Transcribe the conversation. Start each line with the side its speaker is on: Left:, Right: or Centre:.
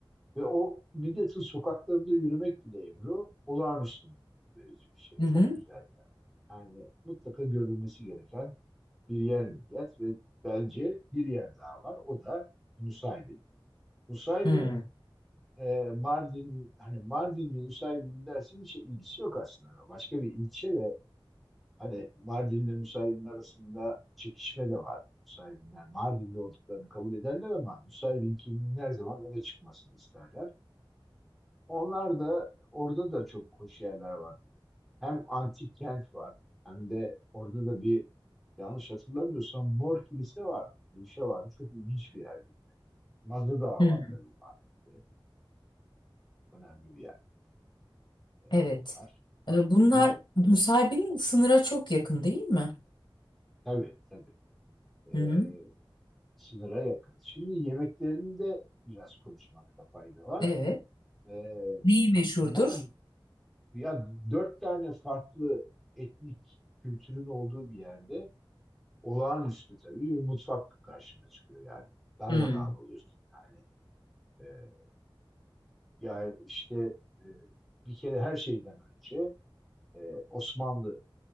Centre: Ve o Midyat'ın sokaklarında yürümek bile Ebru olağanüstü mutluluk verici bir şey.
Left: Hı
Centre: Çok
Left: hı.
Centre: güzel yani. Yani mutlaka görülmesi gereken bir yer Midyat ve bence bir yer daha var. O da Nusaybin. Nusaybin
Left: Hı
Centre: e, Mardin hani Mardin'le Nusaybin dersin hiç ilgisi yok aslında. Başka bir ilçe ve hani Mardin'le Nusaybin arasında çekişme de vardı. Nusaybinler Mardin'de olduklarını kabul ederler ama Nusaybin kimin her zaman öne çıkmasını isterler. Onlar da orada da çok hoş yerler var. Hem antik kent var hem de orada da bir yanlış hatırlamıyorsam Mor Kilise var. Bir şey var. Çok ilginç bir yerdi. Mazı Dağı
Left: hı.
Centre: var tabii Mardin'de. Çok önemli bir yerde. Ee,
Left: Evet.
Centre: bunlar Mardin'in
Left: E, Bunlar Nusaybin'in sınıra çok yakın değil mi?
Centre: tabii tabii ee,
Left: Hı hı.
Centre: sınıra yakın. Şimdi yemeklerinde biraz konuşmakta fayda var.
Left: Evet.
Centre: Ee,
Left: Neyi meşhurdur?
Centre: Mardin, ya dört tane farklı etnik kültürün olduğu bir yerde olağanüstü tabii bir mutfak karşına çıkıyor yani. Darmadağın
Left: Hmm.
Centre: oluyorsun yani. Ee, ya işte e, bir kere her şeyden önce e, Osmanlı